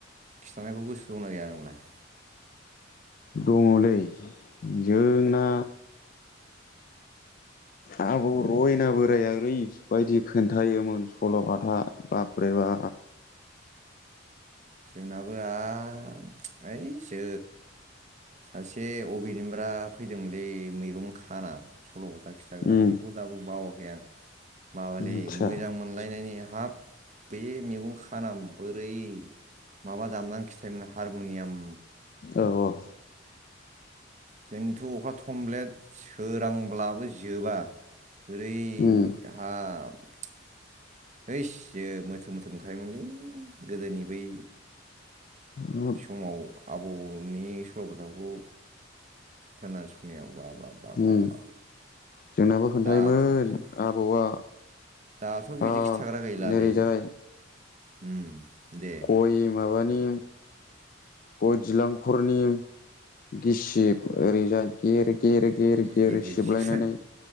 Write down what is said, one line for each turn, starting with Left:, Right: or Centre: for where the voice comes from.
Right: खिथानायखौ गोसो दंना गैया नोंलाय?
Left: दङ'लै जोंना आबौ रयना बोराया ओरैबायदि खोन्थायोमोन सल'बाथा बाब्रेबा
Right: जोंनाबो आ ओइसो सासे अबेनिब्रा फैदोंमोनलै मैगं खाना सल' बाथा खिथाग्रा
Left: उम
Right: बेखौ दाबो बावाखै आं माबालि
Left: आदसा
Right: मोजां मोनलायनायनि हाब बे मैगं खानाम बोरै माबा दामनानै खिथायोमोन हारम'नियाम।
Left: औ औ
Right: खेंन्थु अखा थमब्लेट सोर रांब्लाबो जोबा ओरै
Left: उम
Right: हाब हैजो मोथो मोथो मोनखायोमोनलै गोदोनि बै
Left: हाब
Right: समाव आबौनि सल' बाथाखौ खोनासंनायाव बा बा बा बा
Left: उम
Right: बा
Left: जोंनाबो खोन्थायोमोन
Right: दाथ'
Left: आबौआ।
Right: दाथ' बिदि
Left: हाब
Right: खिन्थाग्रा गैलालै
Left: नोरैजाय
Right: उम दे
Left: गय माबानि गयदिलांखरनि गिसिब ओरैजाय गेर गेर गेर गेर
Right: गिर गिरसि
Left: सिबलायनानै